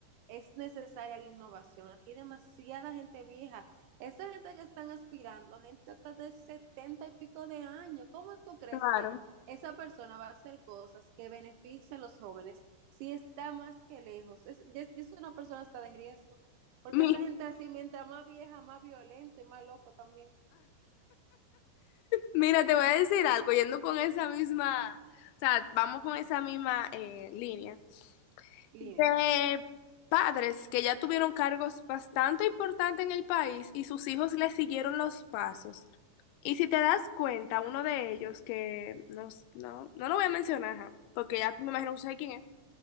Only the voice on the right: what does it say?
es necesaria la innovación. Aquí hay demasiada gente vieja. Esa gente que están aspirando, gente hasta de setenta y pico de años, ¿cómo tú crees
que esa persona va a hacer cosas que beneficien a los jóvenes si está más que lejos? Es, es, es una persona hasta de riesgo, porque
esa gente así, mientras más vieja, más violenta y más loco también.
Línea,